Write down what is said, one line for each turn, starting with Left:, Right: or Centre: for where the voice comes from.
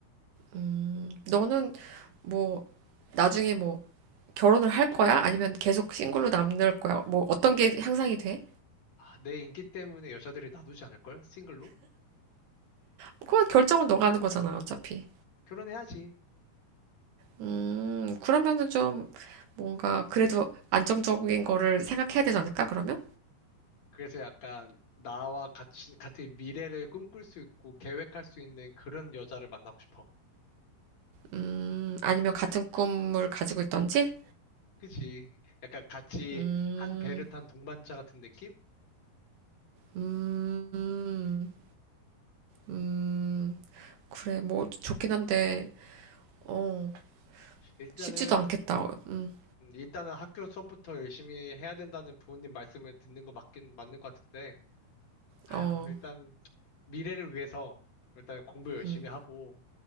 Right: 음. 너는 뭐, 나중에 뭐 결혼을 할 거야? 아니면 계속 싱글로 남을 거야? 뭐 어떤 게 향상이 돼?
Left: 아, 내 인기 때문에 여자들이 놔두지 않을걸? 싱글로?
Right: 그건 결정은 너가 하는 거잖아, 어차피.
Left: 결혼해야지.
Right: 음, 그러면은 좀 뭔가 그래도 안정적인 거를 생각해야 되지 않을까, 그러면?
Left: 그래서 약간 나와 같이, 같은 미래를 꿈꿀 수 있고 계획할 수 있는 그런 여자를 만나고 싶어.
Right: 음, 아니면 같은 꿈을 가지고 있던지?
Left: 그치? 약간 같이
Right: 음,
Left: 한 배를 탄 동반자 같은 느낌?
Right: 음, 음, 그래, 뭐 좋긴 한데, 어,
Left: 일단은,
Right: 쉽지도 않겠다. 음,
Left: 음, 일단은 학교 수업부터 열심히 해야 된다는 부모님 말씀을 듣는 거 맞긴 맞는 것 같은데, 아휴,
Right: 어,
Left: 일단, 미래를 위해서, 일단 공부 열심히
Right: 음.
Left: 하고,